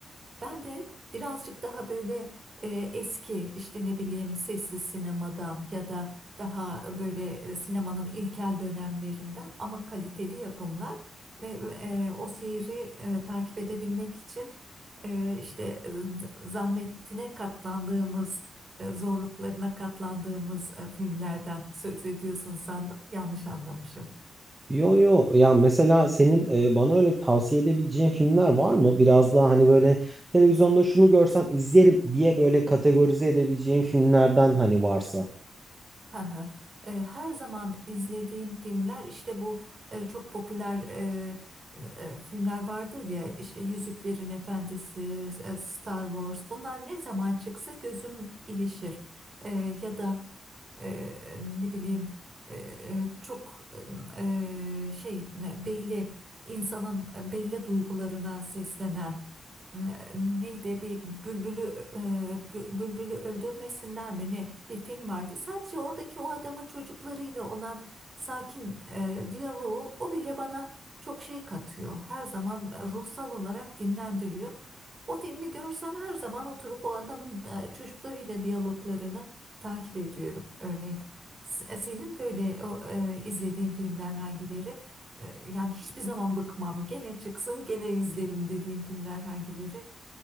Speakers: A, on the right; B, on the right.
A: Ben de birazcık daha böyle e, eski işte ne bileyim sessiz sinemadan ya da daha böyle e, sinemanın ilkel dönemlerinden ama kaliteli yapımlar ve e, o seyri e, takip edebilmek için e, işte e, zahmetine katlandığımız e, zorluklarına katlandığımız e, filmlerden söz ediyorsun sandım yanlış anlamışım.
B: Yo yo ya mesela senin e, bana öyle tavsiye edebileceğin filmler var mı? Biraz daha hani böyle televizyonda şunu görsem izlerim diye böyle kategorize edebileceğin filmlerden hani varsa.
A: Hı hı. E, her zaman izlediğim filmler işte bu e, çok popüler e, e, filmler vardır ya işte Yüzüklerin Efendisi, e, Star Wars bunlar ne zaman çıksa gözüm ilişir. E, ya da e, ne bileyim e, e, çok e, şey ne, belli insanın belli duygularına seslenen ne- neydi bir bülbülü e, bü- bülbülü öldürmesinler mi ne bir film vardı. Sadece oradaki o adamın çocuklarıyla olan sakin e, diyaloğu o bile bana çok şey katıyor. Her zaman ruhsal olarak dinlendiriyor. O filmi görsem her zaman oturup o adamın e, çocuklarıyla diyaloglarını takip ediyorum. Örneğin S- senin böyle o, e, izlediğin filmler hangileri? E, Yani hiçbir zaman bıkmam. Gene çıksın, gene izlerim dediğim filmler hangileri?